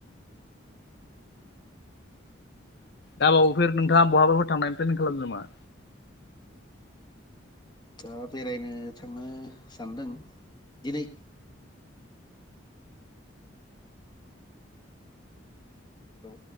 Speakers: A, on the left; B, on the left.
A: दाबावैफोर नोंथाङा बहाबाफोर थांनानै प्लेनिं खालामदो नामा?
B: दा बेरायनो थांनो सानदों दिनै हेलौ!